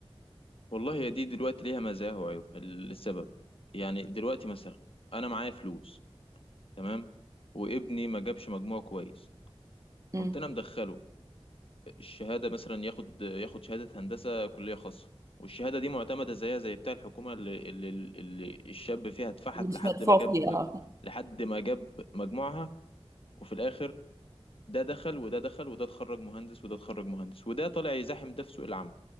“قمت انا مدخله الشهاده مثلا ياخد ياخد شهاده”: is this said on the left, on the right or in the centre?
Left